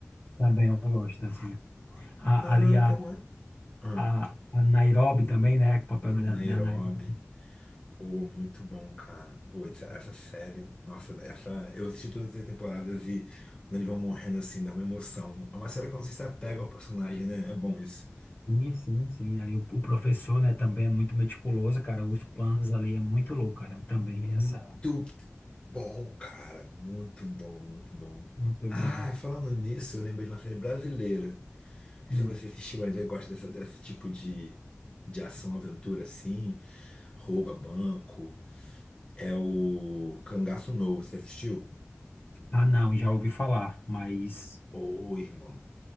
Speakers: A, on the left (about 50°); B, on the left (about 25°).
A: Também eu gosto, assim. A-
B: Ah,
A: ali a,
B: tem uma. Ah,
A: a, a Nairobi também, né? O papel da,
B: Nairobi.
A: da Nairobi.
B: Pô, muito bom, cara. Pô, essa, essa série. Nossa, essa. Eu assisti todas as temporadas e quando eles vão morrendo assim, dá uma emoção. É uma série que eu não sei se apega ao personagem, né? É bom isso.
A: Sim, sim, sim. Ali o, o professor, né, também é muito meticuloso, cara. Os planos ali é muito louco, cara. Também,
B: Muito
A: essa,
B: bom, cara. Muito bom, muito bom.
A: muito
B: Ah,
A: bom.
B: falando nisso, eu lembrei de uma série brasileira. Não sei
A: Hum.
B: Se você assistiu ainda e gosta dessa, desse tipo de, de ação, aventura assim, rouba banco. É o Cangaço Novo, você assistiu?
A: Ah, não, já ouvi falar, mas
B: Ô, irmão,